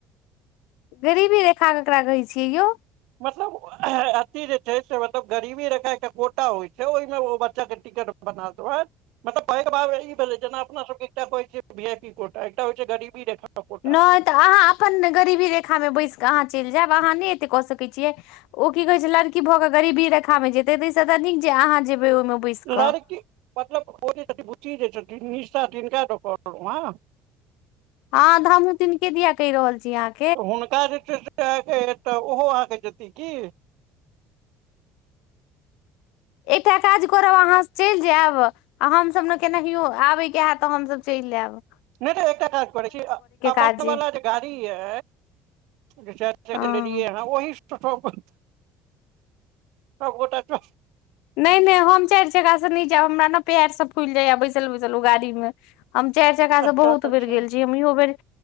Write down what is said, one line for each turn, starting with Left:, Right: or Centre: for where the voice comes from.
Left: गरीबी रेखा केकरा कहै छियै यौ।
Right: मतलब अथी जे छै से मतलब गरीबी रेखा एकटा कोटा होइ छै ओहिमे ओ बच्चा के टिकट। बना तोहर मतलब पहिल बार रही। जेना अपना सबके एकटा कह छीयइ वी आई पी कोटा एकटा होइ छै गरीबी रेखा। कोटा
Left: नहि तऽ अहाँ अपन गरीबी रेखामे बैसि कऽ अहाँ चलि जायब अहाँ नहि एतेक कऽ सकैत छियै। ओ की कहै छै लड़की भऽ कऽ गरीबी रेखामे जेतै ताहिसँ तऽ नीक जे अहाँ जेबै ओहिमे। बैस
Right: लड़की
Left: कऽ
Right: मतलब ओ जे छथिन बुचि जे छथिन निशा तिनका द कहनुहा।
Left: हँ तऽ हमहुँ तिनके दिया कहि रहल छी अहाँके।
Right: तऽ हुनका जे छै ओहो अहाँके जेती की।
Left: एकटा काज करब अहाँ चल जायब। आ हमसभ ने केनाहियो आबेके हैत तऽ हमसभ चलि आयब।
Right: नइ नहि तऽ एकटा काज करै छी अपन
Left: काज
Right: सब वला
Left: अइ
Right: जे गाड़ी यै। जे चाइर चक्का
Left: हँ
Right: लेलियए ह ओहि‌ स‌। त तबत सब गोटा चलब।
Left: नहि -नहि हम चारि चका स नहि जैब, हमरा ने पायर सब फुलि जाइय बैसल -बैसल ओ गाड़ी मे। हम चारि चका
Right: अच्छा
Left: से बहुत
Right: अच्छा
Left: बेर गेल छी, हम इहो बेर,